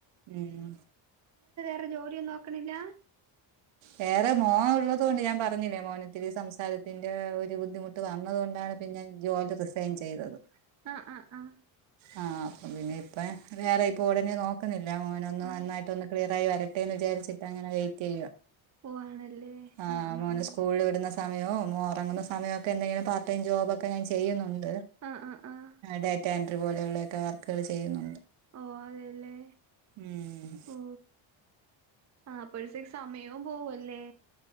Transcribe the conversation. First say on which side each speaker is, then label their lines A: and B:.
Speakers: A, on the right; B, on the right.
A: ഉം
B: വേറെ ജോലിയൊന്നും നോക്കണില്ല
A: വേറെ, മോന് ഉള്ളതോണ്ട് ഞാൻ പറഞ്ഞില്ലേ മോനിത്തിരി സംസാരത്തിന്റെ ഒരു ബുദ്ധിമുട്ട് വന്നതുകൊണ്ടാണ് പിന്നെ ഞാൻ ജോലി റിസൈൻ ചെയ്തത്
B: ആഹ് ആഹ് ആഹ്
A: ആ അപ്പം പിന്നെ ഇപ്പ വേറെ ഇപ്പൊ ഉടനെ നോക്കുന്നില്ല എല്ലാം ഒരെന്നു
B: ആഹ്
A: നന്നായിട്ട് ഒന്ന് ക്ലിയറായി വരട്ടെന്ന് വിചാരിച്ചിട്ട്ങ്ങനെ വെയിറ്റ് ചെയ്യുക
B: ഓ ആണല്ലേ
A: ആ
B: ആഹ് ആഹ്
A: മോന
B: ആഹ്
A: സ്കൂളിൽ വിടുന്ന സമയോ ഉറങ്ങുന്ന സമയൊക്കെ എന്തെങ്കിലും പാർട്ട്ടൈം ജോബൊക്കെ ഞാൻ ചെയ്യുന്നുണ്ട്
B: ആഹ് ആഹ് ആഹ്
A: ഡാറ്റ എൻട്രി പോലെയുള്ളൊക്കെ വർക്കുകൾ ചെയ്യുന്നുണ്ട്
B: ഓ അതെല്ലേ
A: ഉം
B: ഓ ആ അപ്പോഴത്തേക്ക് സമയവും പോവല്ലേ